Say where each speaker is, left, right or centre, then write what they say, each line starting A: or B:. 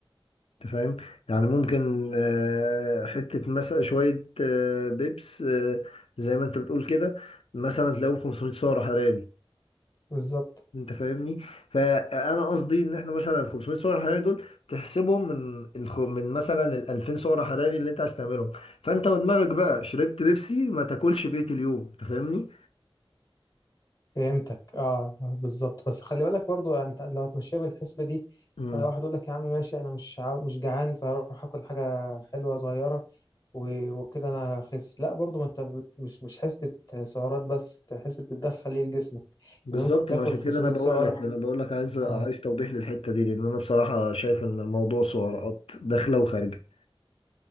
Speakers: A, on the left (about 80°); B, on the left (about 35°).
A: أنت فاهم يعني ممكن آه، حتة مثلا شوية آه، بيبس آه، زي ما أنت بتقول كده مثلا تلاقيهم 500 سعر حراري
B: بالظبط
A: انت فاهمني فانا قصدي ان احنا مثلا ال 500 سعر حراري دول تحسبهم من الخ... من مثلا ال 2000 سعر حراري اللي انت عايز تعملهم فانت ودماغك بقى شربت بيبسي ما تاكلش بقية اليوم انت فاهمني
B: فهمتك اه بالظبط بس خلي بالك برضو يعني انت لو هتمشيها بالحسبه دي
A: امم
B: فواحد يقول لك يا عم ماشي انا مش عاو... مش جعان فاروح اكل حاجه حلوه صغيره و... وكده انا هخس لا برضو ما انت بت... مش مش حسبه سعرات بس انت حسبه بتدخل ايه لجسمك
A: بالظبط
B: يعني ممكن تاكل
A: ما عشان
B: 500
A: كده انا بقول
B: سعره
A: لك انا بقول لك عايز عايز
B: اه
A: توضيح للحتة دي لان انا بصراحة شايف ان الموضوع سعرات داخلة وخارجة